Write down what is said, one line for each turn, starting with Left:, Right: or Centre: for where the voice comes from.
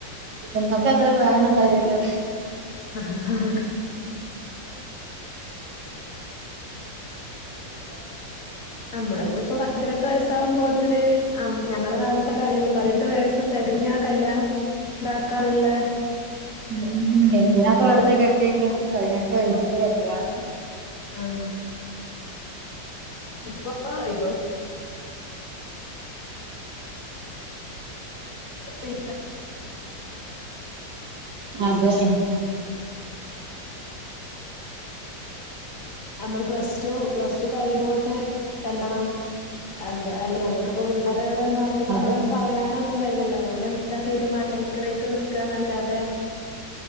Right: എന്നൊക്കെ അത്ര പ്രായം ഉണ്ടായിരല്ലന്റെ
Left: ഉ ഉം
Right: അ
Left: അമ്പളയൊക്കെ കുറെ പതിനെട്ട് വയസ്സകുമ്പോ അത്തിന് ആ ഞങ്ങളെ കാല പതിനെട്ട് വയസ് തികഞ്ഞ കല്യാണം ഇണ്ടാക്കാനുള്ള
Right: ഉം എന്തിനാപ്പ
Left: ഇതല്ലേനോ
Right: വെറ്തെ കെട്ടിയിട്ട് പതിനെട്ട് വയസ്ില കല്യാണം
Left: ആ ഇപ്പൊ ഇപ്പോ <unintelligible>
Right: അതെ
Left: ഉം നമ്മൾ പ്ലസ് ടു പ്ലസ് ടു കഴിയുമ്പോത്തെ ചെല്ലണം എന്താ അല്ല നമുക്കിപ്പ വീട്ട അ അവിടെ ഒ അന്ന്
Right: അത്
Left: അന്ന് പറയാനോ ഒന്നും കയ്ല്ലല്ലോ ഓല എന്താ തീരുമാനിക്കണേക്ക് നക്കാന്നല്ലാതെ